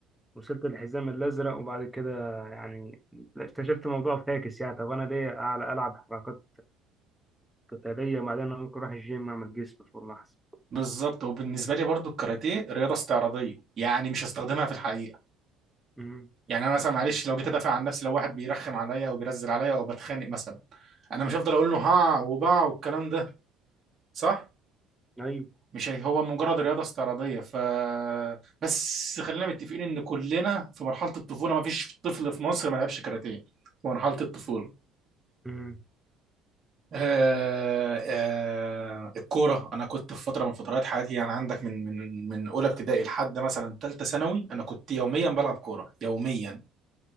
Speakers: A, in the centre; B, on the right.
A: وصلت الحزام الأزرق وبعد كده يعني اكتشفت الموضوع فاكس يعني طب أنا ليه أعلى ألعب حركات قتالية وبعدين أنا ممكن أروح الجيم أعمل جسم فورمة أحسن
B: بالظبط وبالنسبة لي برضو الكاراتيه رياضة استعراضية يعني مش هستخدمها في الحقيقة
A: امم
B: يعني انا مثلا معلش لو جيت ادافع عن نفسي لو واحد بيرخم عليا او بيرزل عليا او بتخانق مثلا انا مش هفضل اقول له ها وبا والكلام ده صح
A: أيوه
B: مش هي- هو مجرد رياضة استعراضية ف بس خلينا متفقين ان كلنا في مرحلة الطفولة ما فيش طفل في مصر ما لعبش كاراتيه في مرحلة الطفولة
A: امم
B: آه آه الكورة أنا كنت في فترة من فترات حياتي يعني عندك من من من أولى ابتدائي لحد مثلا تالتة ثانوي أنا كنت يوميا بلعب كورة يوميا